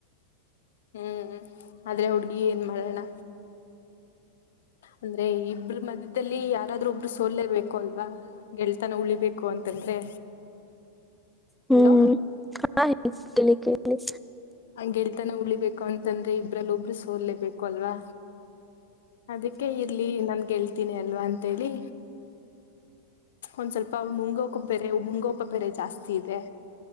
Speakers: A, on the left; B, in the centre.
A: ಹ್ಮ್ ಆದ್ರೆ ಹುಡ್ಗಿ ಏನ್ ಮಾಡೋಣ ಅಂದ್ರೆ ಇಬ್ರು ಮಧ್ಯದಲ್ಲಿ ಯಾರಾದ್ರೂ ಒಬ್ರು ಸೋಲ್ಬೇಕು ಅಲ್ವಾ ಗೆಳ್ತನ ಉಳಿಬೇಕು ಅಂತಂದ್ರೆ
B: ಹ್ಮ್
A: ಹಲೋ
B: ಹಾ ಕೇಳಿ ಕೇಳಿ
A: ಗೆಳ್ತಾನ ಉಳಿಬೇಕು ಅಂತಂದ್ರೆ ಇಬ್ರಲ್ಲ ಒಬ್ರು ಸೋಲ್ಲೇಬೇಕು ಅಲ್ವಾ ಅದಕ್ಕೆ ಇರ್ಲಿ ನನ್ ಗೆಳ್ತೀನಿ ಅಲ್ವಾ ಅಂತೇಳಿ ಒಂದ್ ಸ್ವಲ್ಪ ಅವಳ ಮುಂಗೋಪ ಬೆರೆ ಮುಂಗೋಪ ಬೆರೆ ಜಾಸ್ತಿ ಇದೆ